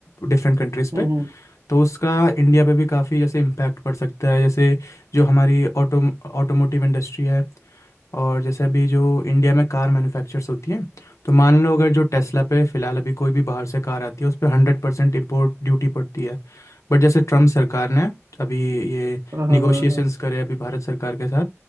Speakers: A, on the left (about 80°); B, on the right (about 90°).
A: डिफरेंट कंट्रीज़
B: हम्म
A: पे
B: हम्म,
A: तो उसका इंडिया पे भी काफ़ी जैसे इम्पैक्ट पड़ सकता है जैसे जो हमारी ऑटो ऑटोमोटिव इंडस्ट्री है और जैसे अभी जो इंडिया में कार मैन्युफैक्चर्स होती हैं तो मान लो अगर जो टेस्ला पे फ़िलहाल अभी कोई भी बाहर से कार आती है उस पर हंड्रेड परसेंट इम्पोर्ट ड्यूटी पड़ती है बट जैसे ट्रम्प सरकार ने अभी ये
B: हाँ हाँ
A: निगोशिएशंस
B: हाँ हाँ
A: करे अभी भारत सरकार के साथ